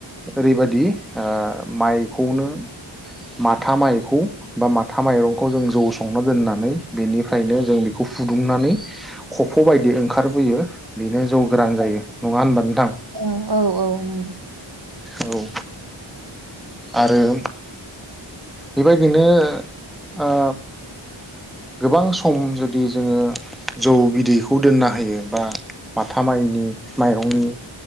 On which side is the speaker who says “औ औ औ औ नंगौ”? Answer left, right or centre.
Right